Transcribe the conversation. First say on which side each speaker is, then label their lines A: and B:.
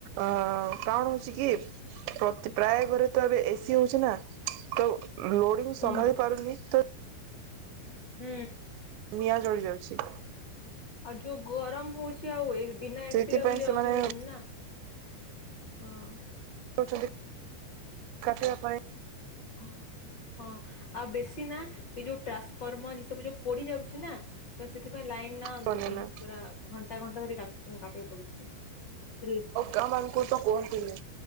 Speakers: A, on the right; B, on the left.
A: ଅଁ କାଣ ହଉଚି କି ପ୍ରତି ପ୍ରାୟ ଘରେ ତ ଏବେ ଏ ସି ହୋଉଚି ନା ତ ଲୋଡ଼ି ଉ
B: ହୁଁ।
A: ସହାଳି ପାରୁନି ତ
B: ହୁଁ।
A: ନିଆଁ ଜଳି ଯାଉଛି।
B: ଆଉ ଯୋଉ ଗରମ ହଉଛ୍ କି ଆଉ ଏ ବିନା ଏ
A: ସେଇଥିପାଇଁ
B: ସି ର ବି ରହି
A: ସେମାନେ
B: ହୋଉନି ନା ହଁ।
A: ଅଚନ୍ତି କାଟିବା ପାଇଁ
B: ହଁ। ହଁ ଆଉ ବେଶୀ ନାଁ ଏ ଯୋଉ ଟ୍ରାନ୍ସଫର୍ମର୍ ଏ ସବୁ ଯୋଉ ପୋଡ଼ି ଯାଉଛି ନା ତ ସେଥିପାଇଁ ଲାଇନ୍ ନା
A: ପାଇଁ
B: ଦିନ୍ ପୁରା ଘଣ୍ଟା ଘଣ୍ଟା ଧରି କାଥୁ କାଟକୁ ପଡ଼ୁଚି ହେଲ୍
A: ଗାଁମାନଙ୍କୁ ତ କୁହନ୍ତୁନି